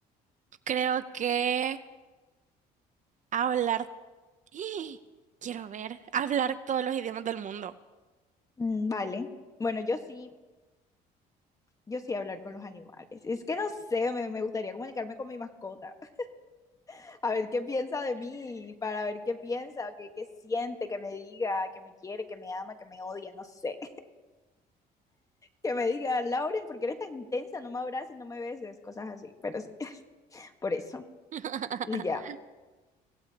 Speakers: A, on the right; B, on the left.
A: creo que hablar. <gasps> ¡Ih! Quiero ver, hablar todos los idiomas del mundo.
B: Mm, vale. Bueno, yo sí, yo sí hablar con los animales. Es que no sé, me, me gustaría comunicarme con mi mascota. <laughs> A ver qué piensa de mí, para ver qué piensa, qué, qué siente, que me diga, que me quiere, que me ama, que me odia, no sé. que me diga, Lauren, ¿por qué eres tan intensa? No me abraces, no me beses, cosas así, pero sí, <laughs> por eso.
A: <laughs>
B: Y ya.